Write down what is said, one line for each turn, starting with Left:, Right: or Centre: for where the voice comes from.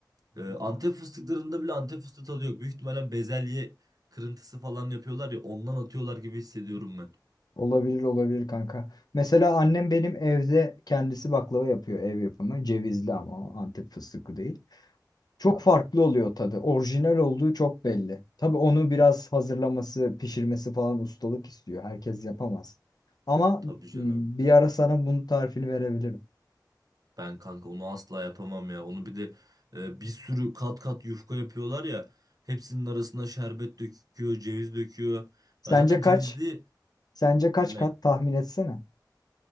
Right: E, Antep fıstıklarında bile Antep fıstığı tadı yok. Büyük ihtimalle bezelye kırıntısı falan yapıyorlar ya ondan atıyorlar gibi hissediyorum ben.
Left: Olabilir olabilir kanka. Mesela annem benim evde kendisi baklava yapıyor ev yapımı. Cevizli ama o Antep fıstıklı değil. Çok
Right: Aha.
Left: farklı oluyor tadı. Orijinal olduğu çok belli. Tabii onu biraz hazırlaması, pişirmesi falan ustalık istiyor. Herkes yapamaz. Ama
Right: Tabii canım.
Left: m, bir ara sana bunun tarifini verebilirim.
Right: Ben kanka onu asla yapamam ya. Onu bir de e, bir sürü kat kat yufka yapıyorlar ya. Hepsinin arasına şerbet döküyor, ceviz döküyor.
Left: Sence
Right: Ben zaten
Left: kaç?
Right: cevizli
Left: Sence kaç
Right: ne
Left: kat tahmin etsene.